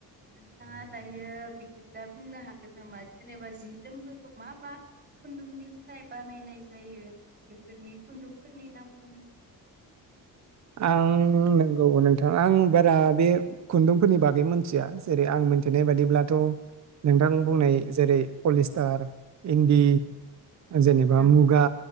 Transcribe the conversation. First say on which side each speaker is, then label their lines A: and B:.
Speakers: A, on the right (about 30°); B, on the right (about 45°).
A: नोंथाङा दायो बिदिब्ला बुंनो हागोन नामा जेनेबा जि जोमफोरखौ मा मा खुन्दुंनिफ्राय बानायनाय जायो बेफोरनि खुन्दुंफोरनि नामखौ मिथि
B: आं नंगौ नोंथां आं बारा बे खुन्दुंफोरनि बागै मोनथिया जेरै आं मिथिनाय बादिब्लाथ' नोंथां बुंनाय जेरै पलिस्टार, इन्दि जेनेबा
A: औ
B: मुगा।